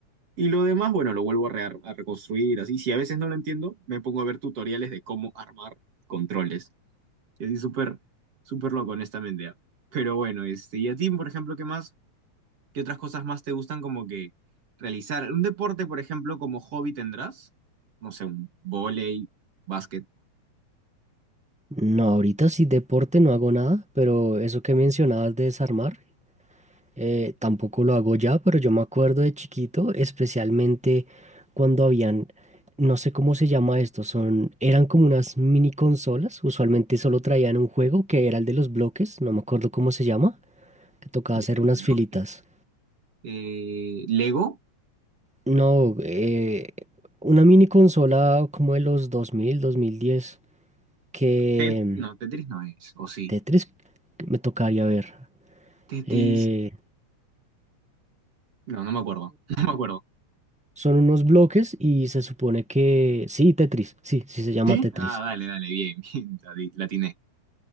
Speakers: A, on the right (about 55°); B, in the centre.
A: Y lo demás, bueno, lo vuelvo a, rear- a reconstruir, así. Si a veces no lo entiendo, me pongo a ver tutoriales de cómo armar controles. Y así súper, súper loco, honestamente. ¿ah? Pero bueno, este, y a ti, por ejemplo, ¿qué más? ¿Qué otras cosas más te gustan como que realizar? ¿Un deporte, por ejemplo, como hobby tendrás? No sé, un vóley, básquet.
B: No, ahorita sí deporte no hago nada, pero eso que mencionabas de desarmar, eh, tampoco lo hago ya, pero yo me acuerdo de chiquito, especialmente cuando habían, no sé cómo se llama esto, son, eran como unas mini consolas, usualmente solo traían un juego que era el de los bloques, no me acuerdo cómo se llama, que tocaba
A: De
B: hacer
A: los
B: unas
A: bloques.
B: filitas.
A: eh, Lego.
B: No, eh, una mini consola como de los 2000, 2010, que
A: Tet-
B: mm,
A: no, Tetris no es, o sí.
B: Tetris me tocaría ver.
A: Tetris.
B: Eh,
A: No, no me acuerdo. <laughs> No me acuerdo.
B: Son unos bloques y se supone que... Sí, Tetris, sí, sí se llama
A: ¿Sí?
B: Tetris.
A: Ah, dale, dale, bien, <laughs> bien, la, di- la atiné.